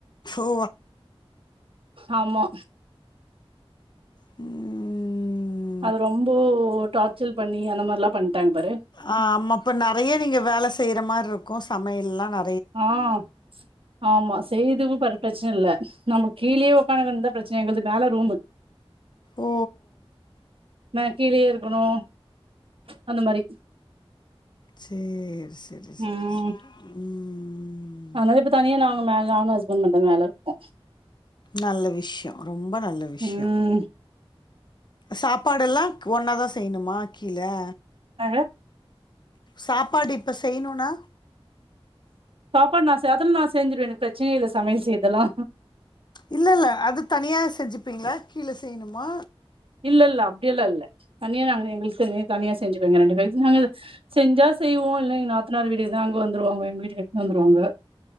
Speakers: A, on the left; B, on the right.
A: ஓ
B: ஆமா
A: ம்
B: அது ரொம்போ டார்ச்சல் பண்ணி அந்த மாரில்லாம் பண்ட்டாங்க பாரு
A: ஆ ஆமா இப்ப நெறைய நீங்க வேல செய்ற மாரி இருக்கும் சமையல்லாம் ந
B: ஆன் ஆமா செய்துவும் பார் ப்ரச்சனை இல்ல நம்ம கீழேயே உக்காணக்கந்தான் ப்ரச்சனை எங்கள்து மேல ரூமு
A: ஓ
B: நா கீழேயே இருக்குணும் அந்த மாரி
A: சேர் செரி செரி
B: ம்
A: செரி ம் ம்
B: அதனால இப்ப தனியா நாங்க மேல நானு ஹஸ்பண்ட் மட்டு மேல இருக்கோ
A: நல்ல விஷ்யோ ரொம்ப நல்ல விஷ்யோ
B: ம்
A: சாப்பாடுல்லாம் ஒன்னாதா செய்ணுமா கீழே
B: அ
A: சாப்பாடு இப்போ செய்யுணுன்னா
B: சாப்பாடு நா செய்றது நா செஞ்சடுவேன் எனக்கு ப்ரச்சனைய இல்ல சமையல் செய்றதுலா
A: இல்ல இல்ல அது தனியா செஞ்சுப்பீங்களா கீழ செய்ணுமா
B: இல்ல இல்ல அப்படியெல்லாம் இல்ல தனியா நாங்க எங்களுக்கு த தனியா செஞ்சுக்கோங்க ரெண்டு பேரு நாங்க செஞ்சா செய்வோம் இல்லை நாத்தனார் வீட்டுக்கு தான் அங்க வந்துருவாங்க எங்க வீட்டு எடுத்துன் வந்துருவாங்க